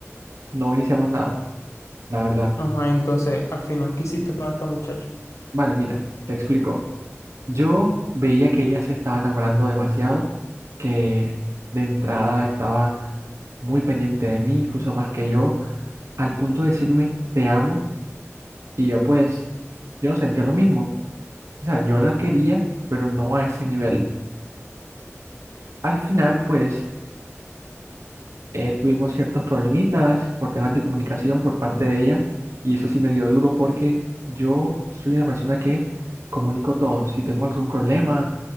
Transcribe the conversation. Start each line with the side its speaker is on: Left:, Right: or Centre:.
Right: no iniciamos nada, la verdad.
Left: Ajá, entonces, al final, ¿qué hiciste con esta muchacha?
Right: Vale, mira, te explico. Yo veía que ella se estaba enamorando demasiado, que de entrada estaba muy pendiente de mí, incluso más que yo, al punto de decirme te amo y yo pues, yo no sentía lo mismo. O sea, yo la quería, pero no a ese nivel. Al final pues eh, tuvimos ciertos problemitas por temas de comunicación por parte de ella y eso sí me dio duro porque yo soy una persona que comunico todo. Si tengo algún problema,